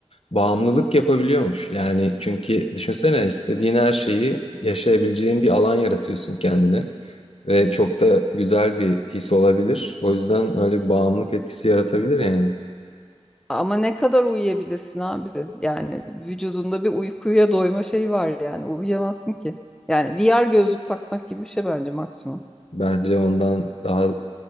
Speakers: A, on the left (about 60°); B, in the centre.
A: bağımlılık yapabiliyormuş. Yani çünkü düşünsene istediğin her şeyi yaşayabileceğin bir alan yaratıyorsun kendine ve çok da güzel bir his olabilir. O yüzden öyle bir bağımlılık etkisi yaratabilir yani.
B: Ama ne kadar uyuyabilirsin abi? Yani vücudunda bir uykuya doyma şeyi var yani. Uyuyamazsın ki. Yani VR gözlük takmak gibi bir şey bence maksimum.
A: Bence ondan daha